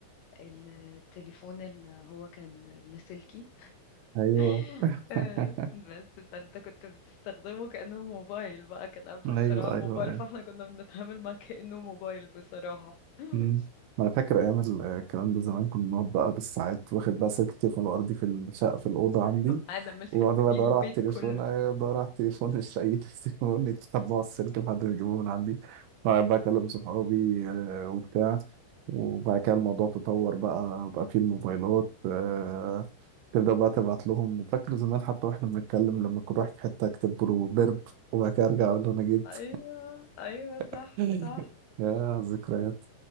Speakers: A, on the left; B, on the right.
A: التليفون اللي هو كان لاسلكي
B: ايوه
A: <laughs>
B: <laughs>
A: آه، بس فانت كنت بتستخدمه كأنه موبايل بقى كان قبل
B: ايوه
A: اختراع الموبايل
B: ايوه يعني
A: فاحنا كنا بنتعامل معاه كأنه موبايل بصراحة <laughs>
B: أمم. ما انا فاكر ايام ال- الكلام ده زمان كنا بنقعد بقى بالساعات واخد بقى سلك التليفون الارضي في الشقه في الاوضه عندي
A: انا عملت
B: واقعد
A: الف
B: بقى
A: بيه
B: ادور
A: البيت
B: على التليفون
A: كله
B: أيوة، ادور على التليفون مش لاقي <laughs> التليفون يتتبعوا السلك لحد ما يجيبوه من عندي وأقعد بقى اكلم صحابي آه، وبتاع وبعد كده الموضوع تطور بقى بقى فيه الموبايلات آه، تبدأ بقى تبعت لهم فاكر زمان حتى واحنا بنتكلم لما كنت رايح في حتة اكتب له برب وبعد كده ارجع اقول له انا جيت
A: ايوه ايوه صح
B: <laughs>
A: صح
B: يا ذكريات